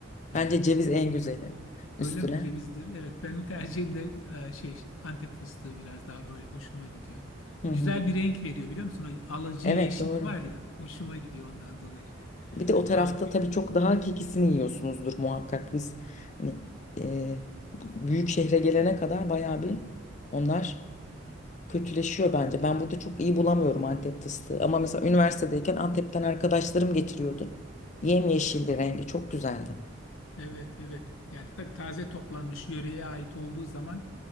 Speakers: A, on the left; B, on the left.
A: Bence
B: Ee,
A: ceviz en güzeli üstüne.
B: öyle mi cevizdir? Evet benim tercihim de e, şey Antep fıstığı biraz daha böyle hoşuma gidiyor.
A: Hı hı.
B: Güzel bir renk veriyor biliyor musun? O alıcı
A: Evet
B: yeşil
A: doğru.
B: var ya hoşuma gidiyor ondan dolayı.
A: Bir de o tarafta
B: Ha, bir-
A: tabii çok daha hakikisini yiyorsunuzdur muhakkak biz. Hani e, büyük şehre gelene kadar bayağı bir onlar kötüleşiyor bence. Ben burada çok iyi bulamıyorum Antep fıstığı. Ama mesela üniversitedeyken Antep'ten arkadaşlarım getiriyordu. Yemyeşildi rengi çok güzeldi.
B: evet evet yani tabii taze toplanmış yöreye ait olduğu zaman